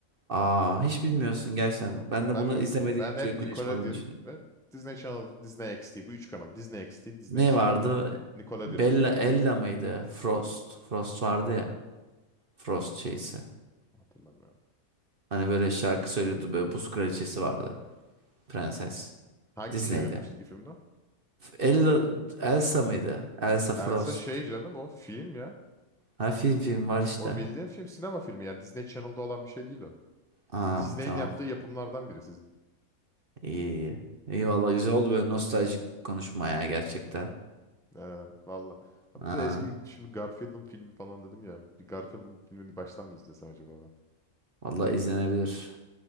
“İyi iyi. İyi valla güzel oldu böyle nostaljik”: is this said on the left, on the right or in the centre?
Right